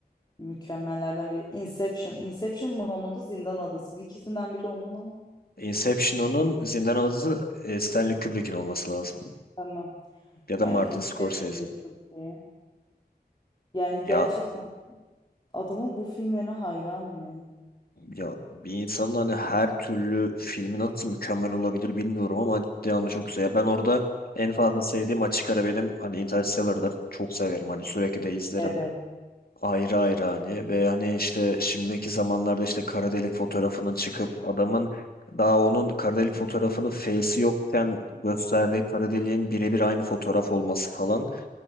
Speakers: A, on the left; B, on the left.
A: mükemmellerden biri. Inception. Inception mı onun da Zindan Adası mı? İkisinden biri onun ama.
B: Inception onun Zindan adı e, Stanley Kubrick'in olması lazım.
A: Tamam.
B: Ya da
A: Yani
B: Martin
A: Inception
B: Scorsese'in.
A: da çok iyi. Yani
B: Ya
A: gerçekten adamın bu filmlerine hayranım ya.
B: ya bir insanın hani her türlü filmi nasıl mükemmel olabilir bilmiyorum ama ciddi anlamda çok güzel. Ya ben orada en fazla sevdiğim açık ara benim hani Interstellar'dır. Çok severim hani sürekli de izlerim.
A: Evet.
B: Ayrı ayrı hani ve hani işte şimdiki zamanlarda işte kara delik fotoğrafının çıkıp adamın daha onun kara delik fotoğrafının face'i yokken gösterdiği kara deliğin birebir aynı fotoğraf olması falan.